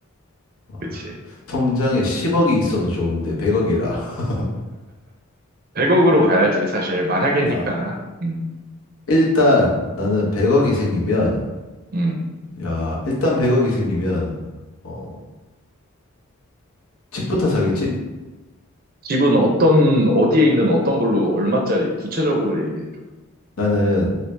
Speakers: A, on the left (about 85°); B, on the right (about 45°).
A: 어.
B: 그치.
A: 통장에 10억이 있어도 좋은데 100억이라. <laughs>
B: 100억으로 가야지, 사실. 만약에니까.
A: 나
B: 음,
A: 일단 나는 100억이 생기면
B: 음.
A: 야, 일단 100억이 생기면 어, 집부터 사겠지?
B: 집은 어떤, 어디에 있는 어떤 걸로 얼마짜리, 구체적으로 얘기해줘.
A: 나는